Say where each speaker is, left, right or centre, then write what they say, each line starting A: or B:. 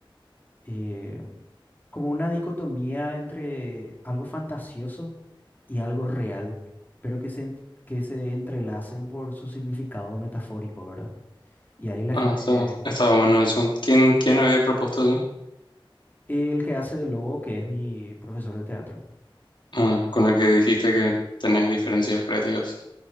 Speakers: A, on the left (about 20°); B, on the left (about 60°).
A: eh, como una dicotomía entre algo fantasioso y algo real, pero que se en- que se entrelacen por su significado metafórico, ¿verdad? Y ahí la
B: Ah,
A: gente,
B: está, está bueno eso. ¿Quién, quién había propuesto eso?
A: el que hace de lobo, que es mi profesor de teatro.
B: Ah, con el que dijiste que tenés diferencias creativas.